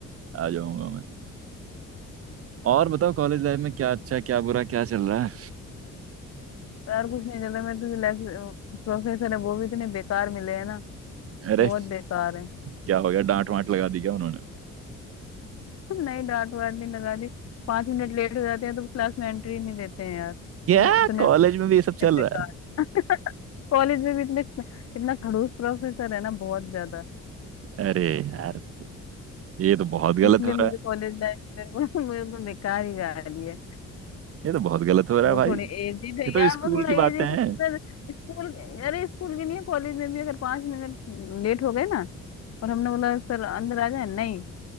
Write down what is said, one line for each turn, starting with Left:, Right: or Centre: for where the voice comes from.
Right: आ जाऊंगा मैं और बताओ कॉलेज लाइफ में क्या अच्छा क्या बुरा क्या चल रहा है
Left: यार कुछ नहीं चला मेरे तुझे लेक्चर प्रोफेसर है वो भी इतने बेकार मिले हैं ना
Right: अरे
Left: बहुत बेकार है
Right: क्या हो गया डांट वांट लगा दी क्या उन्होंने
Left: <laughs> नहीं डांट वाट नहीं लगा दी पांच मिनट लेट हो जाते हैं तो क्लास में एंट्री नहीं देते हैं यार
Right: क्या
Left: इतने
Right: कॉलेज
Left: नहीं,
Right: में भी ये सब चल
Left: बेकार
Right: रहा है
Left: <laughs> कॉलेज में भी इतने इतना खड़ूस प्रोफेसर है ना बहुत ज्यादा
Right: अरे यार ये तो बहुत गलत
Left: तो इसलिए
Right: हो
Left: मुझे
Right: रहा है
Left: कॉलेज लाइफ में वो- <laughs> मुझे तो बेकार ही जा रही है
Right: ये तो बहुत गलत हो रहा
Left: वो
Right: है भाई
Left: थोड़े
Right: ये
Left: एजिड है
Right: तो
Left: यार
Right: स्कूल
Left: वो थोड़ा
Right: की
Left: एजिड
Right: बातें हैं
Left: है स्कूल अरे स्कूल के लिए कॉलेज में भी अगर पांच मिनट लेट हो गए ना और हमने बोला सर अंदर आ जाए नहीं